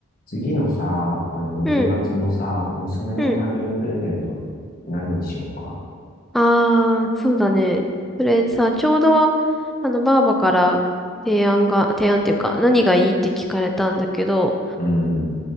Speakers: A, on the left; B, in the centre.
A: 次のさ、あの、6月のさ、
B: うん、
A: 娘の誕生日プレゼント、
B: うん。
A: 何にしようか。
B: ああ、そうだね。それさ、ちょうど、あの、ばあばから提案が、提案っていうか、何がいいって聞かれたんだけど、
A: うん、